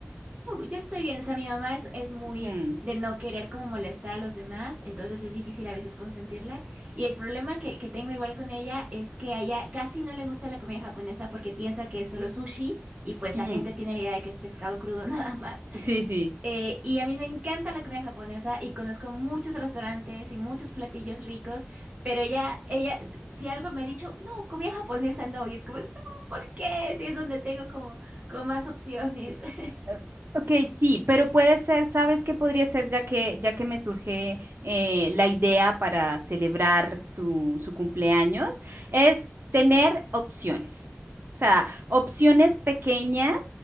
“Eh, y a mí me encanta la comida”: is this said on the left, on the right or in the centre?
Right